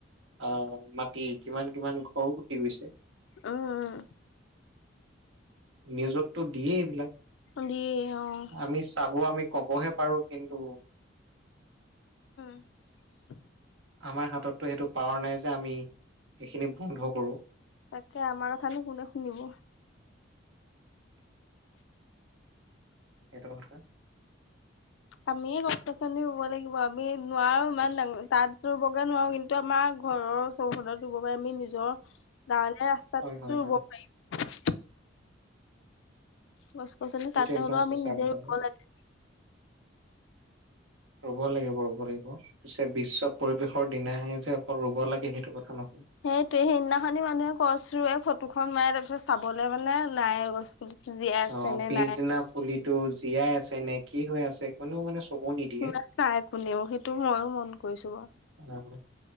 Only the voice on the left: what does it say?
অ অ
উম, দিয়ে অ',
<unintelligible>
তাকে আমাৰো খালি কোনে শুনিব।
আমিয়ে গছ গছনি ৰুব লাগিব, আমি নোৱাৰো ইমান ডাঙৰ তাঁত ৰুবগে নোৱাৰো কিন্তু আমাৰ আমাৰ ঘৰৰ চৌহদত ৰুব পাৰি আমি নিজৰ গৱলীয়া ৰাস্তাতোত
তো ৰুব
পাৰিম। গছ গছনি
তাতে
হ'লেও আমি
নিজে
ৰুব লাগে
সেইটো সেইদিনাখনি মানুহে গছ ৰোৱে ফটোখন মাৰে, তাৰপিছত চাবলৈ মানে নাই। পুলিটো জীয়াই আছে
নে
নাই।
চকু নাচাই কোনেও সেইটো মইয়ো মন কৰিছো বাৰু।